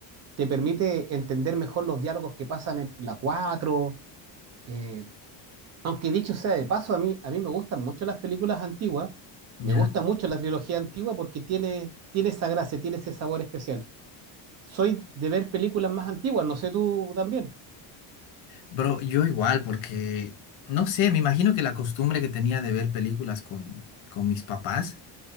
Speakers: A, on the right (about 35°); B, on the left (about 85°).
A: te permite entender mejor los diálogos que pasan en la cuatro eh, Aunque dicho sea de paso, a mí, a mí me gustan mucho las películas antiguas,
B: Ya.
A: me gusta mucho la trilogía antigua porque tiene, tiene esa gracia, tiene ese sabor especial. Soy de ver películas más antiguas, no sé tú también.
B: Bro, yo igual, porque, no sé, me imagino que la costumbre que tenía de ver películas con, con mis papás